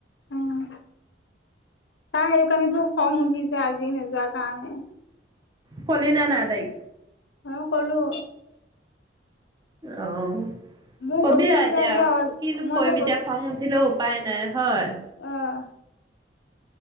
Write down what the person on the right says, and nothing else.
ফলি নে নাই তাইক?
অ',
কবি
আৰু
এতিয়া আৰু
কিনো
কৰিম
এতিয়া খং উঠিলেও উপাই নাই হয়।